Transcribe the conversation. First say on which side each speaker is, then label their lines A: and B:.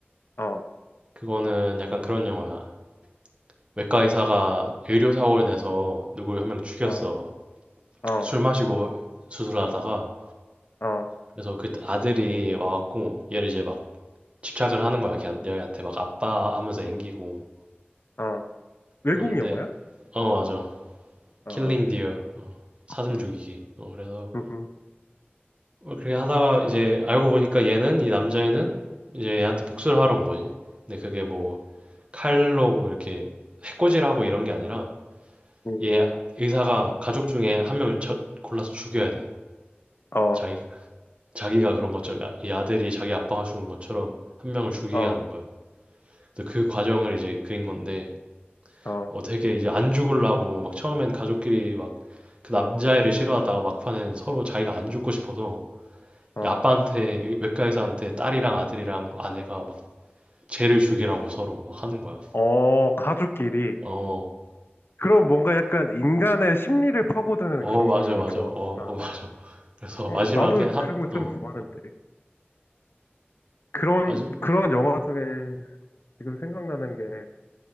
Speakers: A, on the left; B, on the right.
A: 어,
B: 그거는 약간 그런 영화야. 외과 의사가 의료사고를 내서 누구를 한 명 죽였어.
A: 어, 어,
B: 술 마시고 수술하다가.
A: 어,
B: 그래서 그 아들이 와갖고 얘를 이제 막 집착을 하는 거야. 걔한- 얘한테 막 아빠 하면서 앵기고.
A: 어. 외국
B: 그런데,
A: 영화야?
B: 어, 맞아.
A: 어,
B: 킬링
A: 어.
B: 디어. 어, 사슴
A: 응,
B: 죽이기. 어, 그래서
A: 응,
B: 어, 그렇게 하다가 이제 알고 보니까 얘는 이 남자애는 이제 얘한테 복수를 하러 온 거지. 근데 그게 뭐 칼로 뭐 이렇게 해코지하고 이런 게 아니라
A: 응.
B: 얘 의사가 가족 중에 한 명을 쳐- 골라서 죽여야 돼.
A: 어,
B: 자기 자기가 그런 것처럼 아- 이 아들이 자기 아빠가 죽은 것처럼 한 명을 죽이게
A: 어,
B: 하는 거야. 근데 그 과정을 이제 그린 건데
A: 어,
B: 어 되게 이제 안 죽으려고 막 처음엔 가족끼리 막 그 남자애를 싫어하다가 막판에는 서로 자기가 안 죽고 싶어서
A: 어,
B: 이 아빠한테 외과 의사한테 딸이랑 아들이랑 아내가 막 죄를 죽이라고 서로 막 하는 거야.
A: 어, 가족끼리.
B: 어,
A: 그럼 뭔가 약간 인간의 심리를 파고드는
B: 어,
A: 그런
B: 맞아,
A: 거를
B: 맞아,
A: 좋아하구나.
B: 어, 어, <laughs> 맞아. 그래서
A: 어,
B: 마지막엔
A: 나도
B: 하,
A: 그런 거
B: 어,
A: 좀 좋아하는데. 그런,
B: 맞아?
A: 그런 영화 중에 지금 생각나는 게,